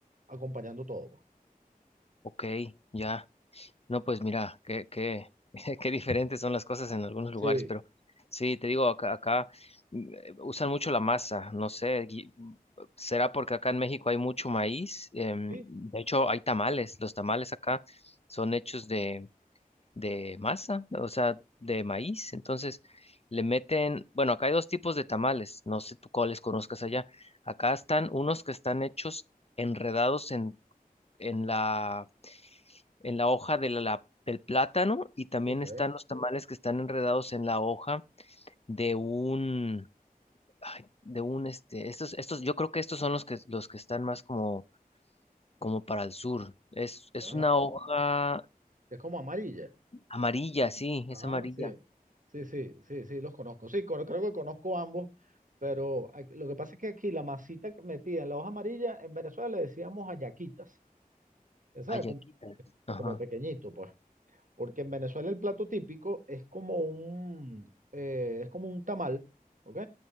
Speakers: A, on the right; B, on the left.
A: acompañando todo. pues.
B: ok, ya. No, pues mira, qué, qué, <laughs> qué diferentes son las cosas en algunos
A: Sí,
B: lugares, pero sí, te digo, acá, acá mm, eh, usan mucho la masa, no sé, gui- será porque acá en México hay mucho maíz, em,
A: sí,
B: de hecho hay tamales, los tamales acá son hechos de, de masa, o sea, de maíz, entonces le meten, bueno, acá hay dos tipos de tamales, no sé tú cuáles conozcas allá, acá están unos que están hechos enredados en, en la en la hoja de la- del plátano y también
A: ok.
B: están los tamales que están enredados en la hoja de un, ay, de un, este, estos, estos, yo creo que estos son los que, los que están más como, como para el sur. Es, es
A: Ah,
B: una hoja
A: es como amarilla.
B: amarilla, sí,
A: Ajá,
B: es amarilla.
A: sí. Sí, sí, sí, sí, los conozco. Sí, cono- creo que conozco ambos, pero aquí- lo que pasa es que aquí la masita que metida en la hoja amarilla, en Venezuela le decíamos ayaquitas. ¿Sabes?
B: Ayaquita.
A: Como, como
B: Ajá.
A: pequeñito, pues. Porque en Venezuela el plato típico es como un, eh, es como un tamal, ¿ok?